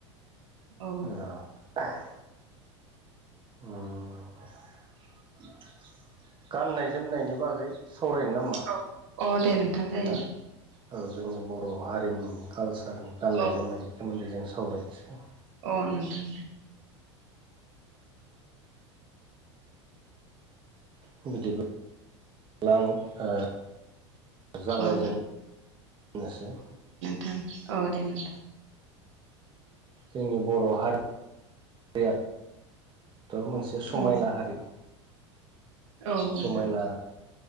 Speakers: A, on the right (about 75°); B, on the right (about 30°).
A: औ
B: ओ <unintelligible> उम गाननाय जोमनायनि बागै। सावरायनो नामा?
A: औ अ दे नोंथां जायो।
B: ना औ जोंङो बर' हारिमुनि कालसारनि
A: औ
B: गाननाय जोमनायनि सोमोन्दै जों सावरायनोसै।
A: अ नोंथां
B: फुबिदिब लाव ओ। जागाय
A: अ
B: जेननोसै।
A: दोङो औ दे नोंथां।
B: जोंनि बर' हारियाथ' मोनसे समायना
A: उम
B: हारि।
A: औ नोंथां।
B: समायना